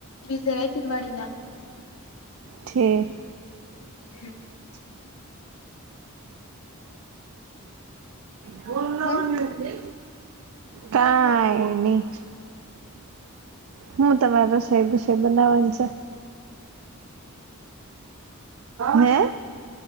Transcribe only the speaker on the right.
ઠેક
<unintelligible> ફોન લાવી
ને કાઈ નઈ. હુ તમારે રસોઈ બસોઈ બનાવાની છે. હે